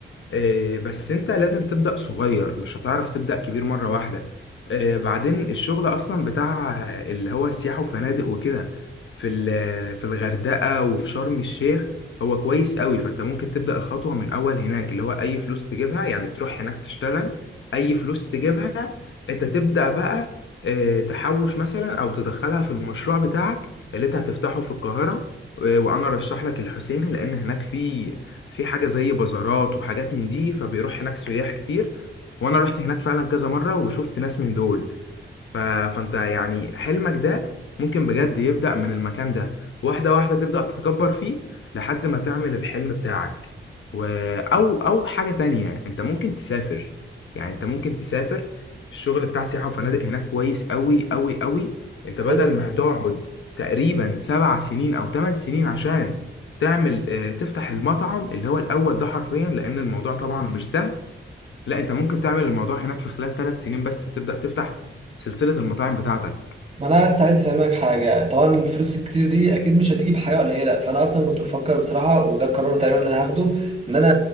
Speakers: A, on the left (about 80°); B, on the right (about 35°).
A: آه، بس انت لازم تبدأ صغير مش هتعرف تبدأ كبير مرة واحدة آه، بعدين الشغل اصلا بتاع اللي هو سياحة وفنادق وكده في ال- في الغردقة وفي شرم الشيخ هو كويس قوي فانت ممكن تبدأ الخطوة من اول هناك اللي هو اي فلوس تجيبها يعني تروح هناك تشتغل اي فلوس تجيبها انت تبدأ بقى آه، تحوش مثلا او تدخلها في المشروع بتاعك اللي انت هتفتحه في القاهرة آه، وانا رشح لك الحسين لان هناك في في حاجة زي بازارات وحاجات من دي فبيروح هناك سياح كتير وانا رحت هناك فعلا كذا مرة وشفت ناس من دول ف... فانت يعني حلمك ده ممكن بجد يبدأ من المكان ده واحدة واحدة تبدأ تكبر فيه لحد ما تعمل الحلم بتاعك و... أو أو حاجة تانية أنت ممكن تسافر يعني أنت ممكن تسافر الشغل بتاع سياحة وفنادق هناك كويس أوي أوي أوي أنت بدل
B: بص
A: ما هتقعد تقريبا سبع سنين أو ثمان سنين عشان تعمل آه، تفتح المطعم اللي هو الاول ده حرفيا لان الموضوع طبعا مش سهل لا انت ممكن تعمل الموضوع هناك في خلال ثلاث سنين بس وتبدا تفتح سلسله المطاعم بتاعتك
B: ما انا بس عايز افهمك حاجه طبعا الفلوس الكتير دي اكيد مش هتيجي بحاجه قليله فانا اصلا كنت بفكر بصراحه وده القرار تقريبا اللي انا هاخده ان انا